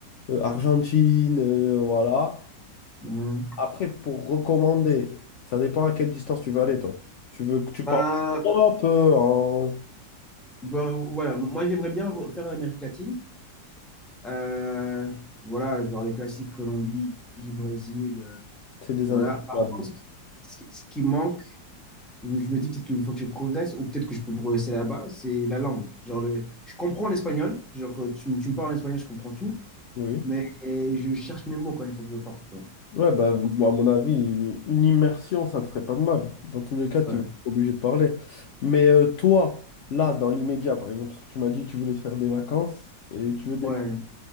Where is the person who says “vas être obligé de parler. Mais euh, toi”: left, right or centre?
Left